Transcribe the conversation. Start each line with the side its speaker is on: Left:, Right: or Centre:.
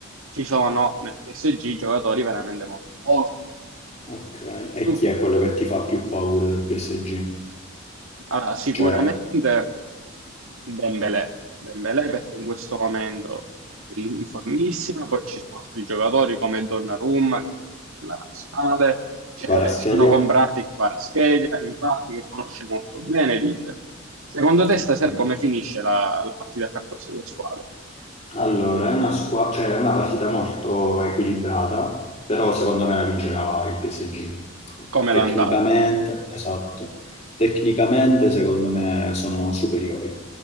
Right: ci sono nel PSG giocatori veramente molto forti.
Left: Okay. E
Right: Tu-
Left: chi è quello che ti fa più paura del PSG?
Right: allora, sicuramente.
Left: Cioè,
Right: Dembélé, Dembélé perché in questo momento è in in formissima, poi ci sono altri giocatori come Donnarumma che è della nazionale, cioè,
Left: Kvaratskhelia?
Right: si sono comprati Kvaratskhelia, infatti che conosce molto bene l'Inter. Secondo te
Left: Okay.
Right: stasera come finisce la, la partita fra queste due squadre?
Left: Allora, è una squa cioè è una partita molto equilibrata, però secondo me la vincerà il PSG.
Right: Come è
Left: Tecnicamente
Right: l'andata?
Left: esatto. Tecnicamente secondo me sono superiori.